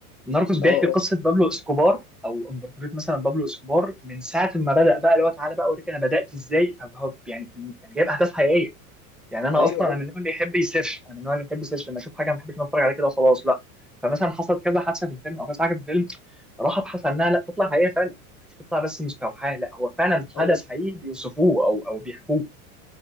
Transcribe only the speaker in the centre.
ناركوس بيحكي
قصه بابلو اسكوبار او امبراطوريه مثلا بابلو اسكوبار من ساعه ما بدأ بقى اللي هو تعالى بقى اوريك انا بدأت ازاي فهو يعني يعني جايب احداث حقيقيه يعني انا
اصلا
انا من النوع اللي يحب يسيرش انا من النوع اللي يحب يسيرش لما اشوف حاجه ما بحبش إن أنا اتفرج عليها كده وخلاص لا فمثلا حصلت كذا حادثه في الفيلم او كذا حاجه في الفيلم راح ابحث عنها لا تطلع حقيقيه فعلا مش تطلع بس مستوحاه لا هو فعلا حدث
حقيقي بيوصفوه او او بيحكوه